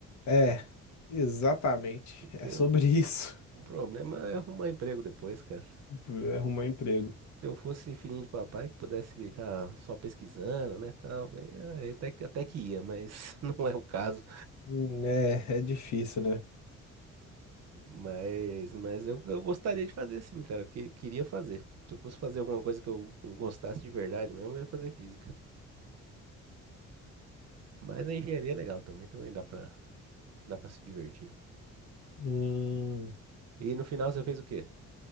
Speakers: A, on the left (about 70°); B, on the right (about 60°).
A: É, exatamente. É
B: Eu-
A: sobre isso.
B: o problema é arrumar emprego depois, cara.
A: <laughs> Arrumar emprego.
B: Se eu fosse filhinho de papai que pudesse ficar só pesquisando, né, tal, aí, é, até, que- até que ia, mas <laughs> não é o caso.
A: Hum, É, é difícil, né?
B: Mas, mas eu, eu gostaria de fazer sim, cara. Que, queria fazer. Se eu fosse fazer alguma coisa que eu gostasse de verdade mesmo, eu ia fazer física. Mas a engenharia é legal também, também dá pra, dá pra se divertir.
A: Hum,
B: E no final você fez o quê?